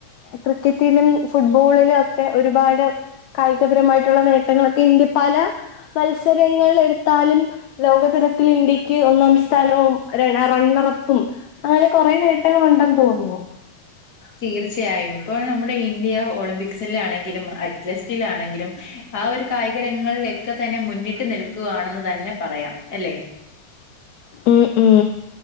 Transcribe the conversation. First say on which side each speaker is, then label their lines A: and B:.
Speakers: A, on the left (about 70°); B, on the left (about 30°).
A: ക്രിക്കറ്റിലും ഫുട്ബോളിലും ഒക്കെ ഒരുപാട് കായികപരമായിട്ടുള്ള നേട്ടങ്ങളൊക്കെ ഇന്ത്യ പല മത്സരങ്ങൾ എടുത്താലും ലോകതരത്തിൽ ഇന്ത്യയ്ക്ക് ഒന്നാം സ്ഥാനവും റണ്ണർ അപ്പ് പ്പും, അങ്ങനെ കൊറേ നേട്ടങ്ങളുണ്ടെന്ന് തോന്നുന്നു.
B: തീർച്ചയായും ഇപ്പോൾ നമ്മുടെ ഇന്ത്യ ഒളിമ്പിക്സിലാണെങ്കിലും അത്‌ലറ്റിക്‌സിലാണെങ്കിലും ആ ഒരു കായികരംഗങ്ങളിലക്കെ തന്നെ മുന്നിട്ട് നിൽക്കുകയാണെന്ന് തന്നെ പറയാം അല്ലെ
A: ഉം ഉം